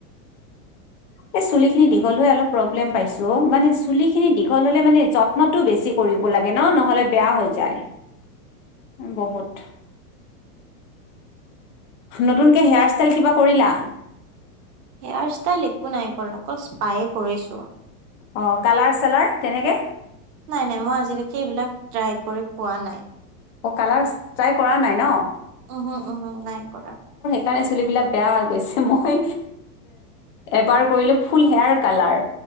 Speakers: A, on the left; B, on the right.
A: উ এই চুলি খিনি দীঘল হৈ অলপ প্ৰব্লেম পাইছো মানে চুলি খিনি দীঘল হলে মানে যত্নতটো বেছি কৰিব ক লাগে ন নহলে বেয়া হৈ যায় বহুত নতুনকে হেয়াৰ ষ্টাইল কিবা কৰিলা
B: হেয়াৰ ষ্টাইল একো নাই কৰা অকল স্পাইে কৰিছো
A: অ কালাৰ চালাৰ কেনেকে
B: নাই নাই মই আজিলৈকে এইবিলাক ট্ৰাই কৰি পোৱা নাই
A: অ কালাৰ ট্ৰাই কৰা নাই ন
B: উম উম উম নাই কৰা
A: কাৰণে চুলিবিলাক বেয়া হৈ গৈছে মই এবাৰ কৰিলো ফুল হেয়াৰ কালাৰ